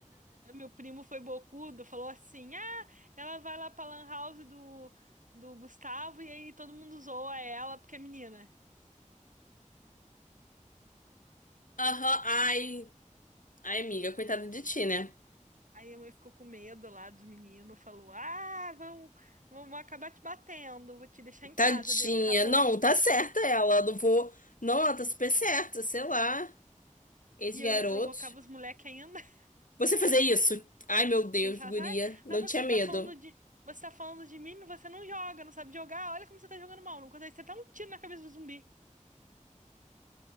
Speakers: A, on the right; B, on the left.
A: Meu primo foi bocudo, falou assim: Ah, ela vai lá pra Lan House do, do Gustavo e aí todo mundo zoa ela porque é menina.
B: Aham, ai, ai, amiga, coitada de ti, né?
A: Aí a mãe ficou com medo lá do menino, falou: Ah, vamos vamos acabar te batendo, vou te deixar em casa,
B: Tadinha.
A: deu, acabou.
B: Não, tá certa ela. Não vou. Não, ela tá super certa, sei lá. Esse
A: E eu
B: garoto.
A: ainda provocava os moleques ainda. <laughs>
B: Você fazer isso? Ai, meu Deus,
A: Assim, falava:
B: guria.
A: Ai,
B: Não
A: ah, você
B: tinha medo.
A: tá falando de. Você tá falando de mim, mas você não joga, não sabe jogar. Olha como você tá jogando mal, não consegue. Você um tiro na cabeça do zumbi.